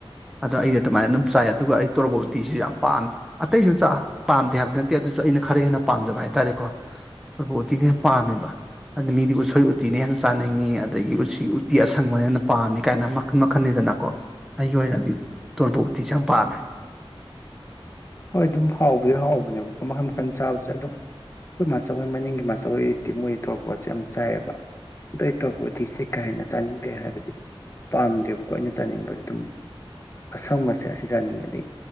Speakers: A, in the centre; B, on the left.
A: ꯑꯗꯣ ꯑꯩ ꯑꯗꯨꯃꯥꯏꯅ ꯑꯗꯨꯝ ꯆꯥꯏ ꯑꯗꯨꯒ ꯑꯩ ꯇꯣꯔꯕꯣꯠ ꯎꯇꯤꯁꯤ ꯌꯥꯝ ꯄꯥꯝꯃꯤ ꯑꯇꯩꯖꯨ ꯆꯥ ꯄꯥꯝꯗꯦ ꯍꯥꯏꯕ ꯅꯠꯇꯦ ꯑꯗꯨꯖꯨ ꯑꯩꯅ ꯈꯔ ꯍꯦꯟꯅ ꯄꯥꯝꯖꯕ ꯍꯥꯏꯇꯥꯔꯦꯀꯣ ꯇꯣꯔꯕꯣꯠ ꯎꯇꯤꯅ ꯍꯦꯟꯅ ꯄꯥꯝꯃꯦꯕ ꯑꯥꯗꯨ ꯃꯤꯗꯤ ꯎꯁꯣꯏ ꯎꯇꯤꯅꯦ ꯍꯦꯟꯅ ꯆꯥꯅꯤꯡꯉꯤ ꯑꯥꯗꯒꯤ ꯎꯁꯤ ꯎꯠ ꯇꯤ ꯑꯥꯁꯪꯕꯅꯦꯅ ꯄꯥꯝꯃꯤ ꯀꯥꯏꯅ ꯃꯈꯟ ꯃꯈꯜꯅꯤꯗꯅꯀꯣ ꯑꯩꯒꯤ ꯑꯣꯏꯅꯗꯤ ꯇꯣꯔꯕꯣꯠ ꯎꯇꯤꯁꯦ ꯌꯥꯝ ꯄꯥꯝꯃꯦ
B: ꯍꯣꯏ ꯑꯗꯨꯝ ꯍꯥꯎꯕꯗꯤ ꯍꯥꯎꯕꯅꯦꯕꯀꯣ ꯃꯈꯟ ꯃꯈꯟ ꯆꯥꯕꯁꯦ ꯑꯗꯨꯝ ꯈꯣꯏ ꯃꯥꯆꯧ ꯍꯣꯏ ꯃꯅꯤꯡꯒꯤ ꯃꯥꯆꯧ ꯍꯣꯏꯗꯤ ꯃꯣꯏ ꯇꯧꯛꯕꯣꯠꯁꯦ ꯌꯥꯝ ꯆꯥꯏꯑꯕ ꯑꯗꯣ ꯑꯩ ꯇꯧꯔꯕꯣꯠ ꯎꯇꯤ ꯁꯤ ꯀꯌꯥ ꯍꯦꯟꯅ ꯆꯥꯅꯤꯡꯗꯦ ꯍꯥꯏꯕꯗꯤ ꯄꯥꯝꯗꯦꯕꯀꯣ ꯑꯩꯅ ꯆꯥꯅꯤꯡꯕꯖꯦ ꯑꯗꯨꯝ ꯑꯁꯪꯕꯁꯦ ꯑꯁꯤ ꯆꯥꯅꯤꯡꯉꯦꯗꯤ